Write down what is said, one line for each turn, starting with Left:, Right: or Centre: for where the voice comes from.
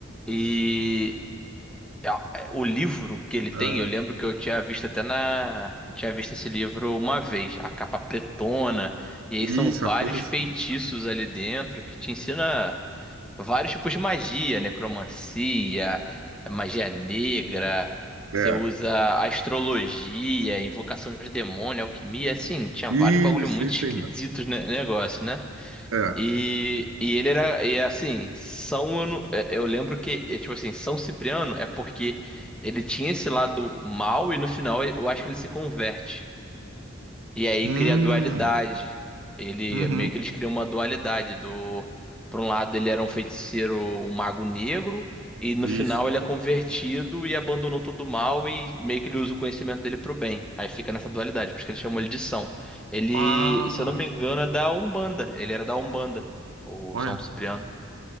Centre: E a- O livro que ele
Right: Ah,
Centre: tem, eu lembro que eu tinha visto até na. eu Tinha visto esse livro uma vez, a capa pretona, e aí
Right: isso,
Centre: são vários
Right: é uma coisa assim.
Centre: feitiços ali dentro que te ensina vários tipos de magia, necromancia, magia negra,
Right: É.
Centre: você usa astrologia, invocação de demônio, alquimia, assim, tinha
Right: Isso,
Centre: vários bagulho muito
Right: isso
Centre: esquisitos
Right: aí, mano.
Centre: no negócio, né?
Right: É.
Centre: E, e ele era, e é assim, São, eu, não- é, eu lembro que, é, tipo assim, São Cipriano é porque ele tinha esse lado mal e no final eu acho que ele se converte. E aí
Right: Hum,
Centre: cria a dualidade. Ele
Right: uhum,
Centre: meio que eles criam uma dualidade do por um lado ele era um feiticeiro, um mago negro, e no
Right: isso.
Centre: final ele é convertido e abandonou todo o mal e meio que ele usa o conhecimento dele pro bem. Aí fica nessa dualidade, por isso que eles chamam ele de São. Ele,
Right: Ah,
Centre: se eu não me engano, é da Umbanda. Ele era da Umbanda, o
Right: olha.
Centre: São Cipriano.